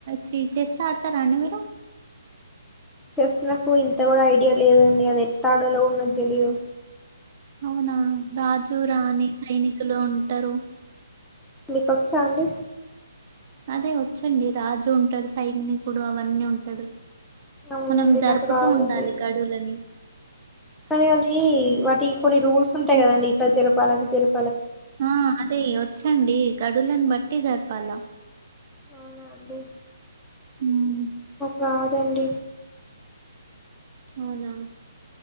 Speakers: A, on the right; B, in the centre.
A: చీట్ చేసి ఆడతారా అండి మీరు
B: చెస్ నాకు ఇంత కూడా ఐడియా లేదండి అది ఎట్ట ఆడాలో కూడ నాకు తెలిదు
A: అవునా రాజు రాణి సైనిక్ లో ఉంటరు
B: మీకొచ్చా అండి
A: అదే వచ్చండి రాజు ఉంటాడు సైనికుడు అవన్నీ ఉంటాడు
B: అవునండి
A: మనం జరుపుతూ
B: నాకు రాదండి
A: ఉండాలి గడులని
B: కానీ అది వాటి కొన్ని రూల్స్ ఉంటాయి
A: ఉమ్,
B: కదండి ఇట్లా జరు పాల తెరు
A: ఆ అదే ఒ వచ్చండి గడులను బట్టి జరిపాలా
B: అవునా అండి
A: మ్మ్
B: రాదండి
A: అవునా